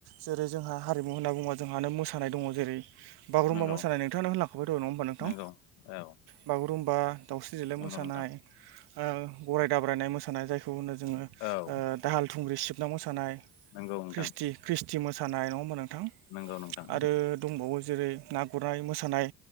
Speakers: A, on the right (about 65°); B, on the left (about 70°).
A: जेरै जोंहा हारिमु होनना बुङोबा जोंहानो मोसानाय दङ जेरै बागुरुमबा
B: नंगौ
A: मोसानाय नोंथांआनो होनलांखाबाय नङा होमबा नोंथां।
B: नंगौ औ
A: बागुरुम्बा दाउस्रि देलाय
B: नंगौ
A: मोसानाय।
B: नोंथां
A: ओ गराइ दाब्रायनाय मोसानाय जायखौ होनो जोङो
B: औ
A: ओ दाहाल थुंग्रि सिबना मोसानाय।
B: नंगौ नोंथां
A: ख्रिस्टि ख्रिस्टि मोसानाय नङा होमबा नोंथां
B: नंगौ नोंथां
A: आरो दंबावो जेरै ना गुरनाय मोसानाय